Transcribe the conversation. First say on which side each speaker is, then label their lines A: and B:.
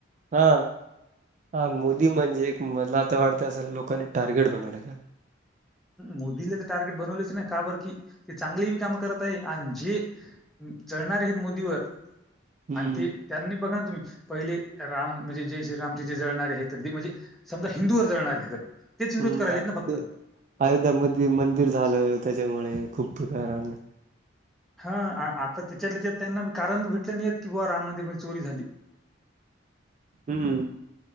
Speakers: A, on the right; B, in the centre.
A: हा हा मोदी म्हणजे एक मधला आता वाटतं असेल लोकांनी टार्गेट बनवलंय ना.
B: मोदीला तर टार्गेट बनवलेच ना का बरकी ते चांगले बी काम करत आहे आणि जे. जळणार आहेत मोदीवर
A: हम्म
B: आणि ते, त्यांनी बघा ना तुम्ही पहिले राम म्हणजे जे श्रीरामचे जे जळणारे हे तर म्हणजे. समजा हिंदू वर जळणारे. तेच विरोध
A: हम्म
B: करायलेत ना फक्त
A: ते अयोध्यामध्ये मंदिर झालं त्याच्यामुळे खूप कारण.
B: हा आता त्याच्यात त्यांना कारण भेटले नाहीयेत की बावा राम मंदिर मदी चोरी झाली.
A: हम्म